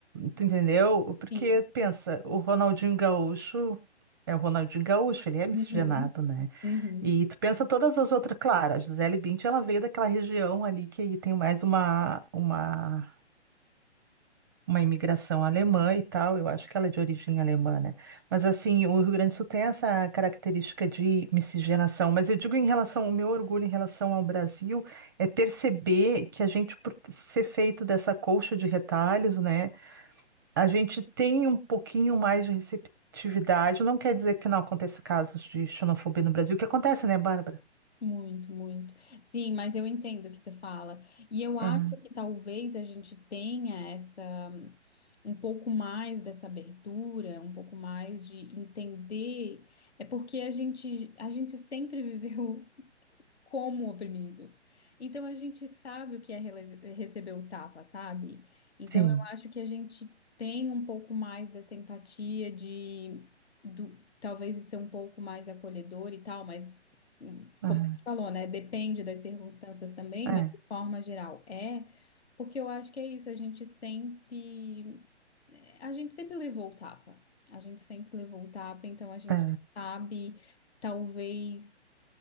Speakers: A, on the right; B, on the left.
A: Tu Entendeu? Porque
B: sim.
A: pensa, o Ronaldinho Gaúcho é o Ronaldinho Gaúcho, ele é miscigenado,
B: Uhum,
A: né?
B: uhum.
A: E tu pensa todas as outras, claro, a Gisele Bündchen, ela veio daquela região ali que aí tem mais uma, uma, uma imigração alemã e tal, eu acho que ela é de origem alemã, né? Mas assim, o Rio Grande do Sul tem essa característica de miscigenação, mas eu digo em relação, o meu orgulho em relação ao Brasil é perceber que a gente, por ser feito dessa colcha de retalhos, né? A gente tem um pouquinho mais de receptividade, não quer dizer que não aconteça casos de xenofobia no Brasil, que acontece, né, Bárbara?
B: Muito, muito. Sim, mas eu entendo o que tu fala. E eu acho
A: Aham,
B: que talvez a gente tenha essa um pouco mais dessa abertura, um pouco mais de entender. É porque a gente a gente sempre <laughs> viveu como oprimido. Então a gente sabe o que é rele- receber o tapa, sabe? Então
A: Sim,
B: eu acho que a gente tem um pouco mais dessa empatia de do, talvez de ser um pouco mais acolhedor e tal, mas hum,
A: aham,
B: como a gente falou, né? Depende das circunstâncias também,
A: É,
B: mas de forma geral é, porque eu acho que é isso, a gente sempre eh, a gente sempre levou o tapa. A gente sempre levou o tapa, então a gente
A: é,
B: sabe, talvez